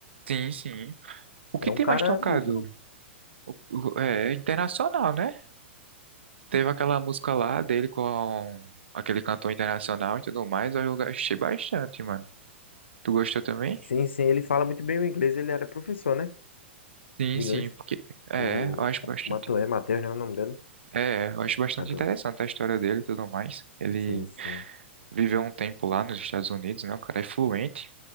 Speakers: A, on the right (about 65°); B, on the left (about 65°).
A: Sim, sim. O
B: É
A: que
B: um
A: tem
B: cara
A: mais tocado?
B: nível.
A: O- o- É internacional, né? Teve aquela música lá dele com aquele cantor internacional e tudo mais. Eu gostei bastante, mano. Tu gostou também?
B: Sim, sim, ele fala muito bem o inglês, ele era professor, né?
A: Sim,
B: De
A: sim,
B: inglês.
A: porque. É,
B: O
A: eu acho bastante.
B: Matuê, Matheus, né? O nome dele?
A: É, eu acho bastante
B: Matuê.
A: interessante a história dele e tudo mais. Ele.
B: Sim, sim.
A: viveu um tempo lá nos Estados Unidos, né? O cara é fluente